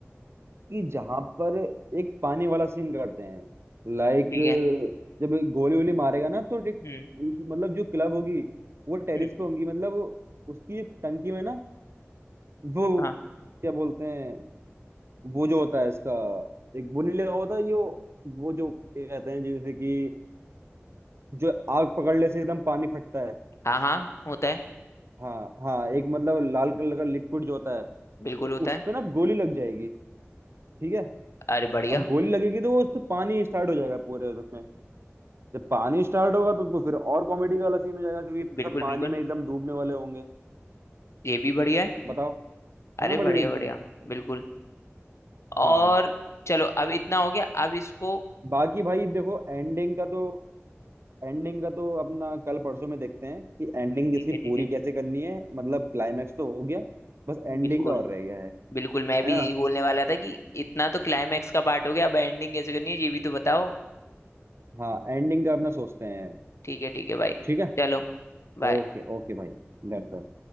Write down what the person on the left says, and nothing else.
ठीक है
हम्म
हम्म
हाँ
हाँ हाँ होता है
बिल्कुल
होता
है
अरे बढ़िया
बिल्कुल
बिल्कुल
ये भी बढ़िया है
अरे
बढ़िया
बढ़िया बिल्कुल और
चलो अब इतना हो गया अब इसको
ठीक
है
ठीक है
बिल्कुल
बिल्कुल मैं भी
यही बोलने वाला था कि इतना तो क्लाइमैक्स का पार्ट हो गया अब एंडिंग कैसे करनी है ये भी तो बताओ
ठीक है ठीक है भाई
चलो बाय